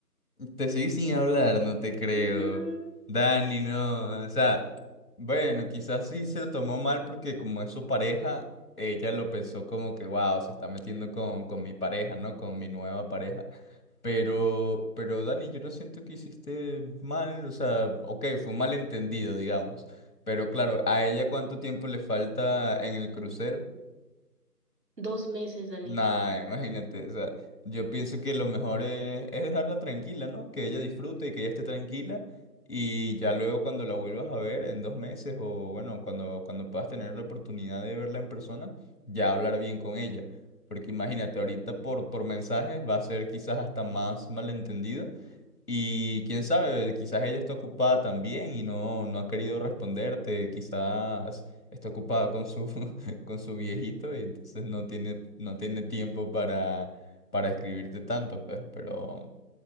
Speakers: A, on the left; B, on the right.
A: Te seguí sin hablar, no te creo.
B: Ujú.
A: Dani, no. O sea, bueno, quizás sí se lo tomó mal porque como es su pareja, ella lo pensó como que, wow, se está metiendo con, con mi pareja, ¿no? Con mi nueva pareja. Pero, pero Dani, yo no siento que hiciste mal. O sea, ok, fue un malentendido, digamos. Pero claro, ¿a ella cuánto tiempo le falta en el crucero?
B: Dos meses, Dani.
A: Nah, imagínate, o sea, yo pienso que lo mejor es, es dejarla tranquila, ¿no? Que ella disfrute y que ella esté tranquila y ya luego cuando la vuelvas a ver en dos meses o bueno, cuando, cuando puedas tener la oportunidad de verla en persona, ya hablar bien con ella. Porque imagínate, ahorita por, por mensajes va a ser quizás hasta más malentendido y quién sabe, quizás ella está ocupada también y no, no ha querido responderte, quizás está ocupada con su, <laughs> con su viejito y entonces no tiene, no tiene tiempo para, para escribirte tanto, pues, pero,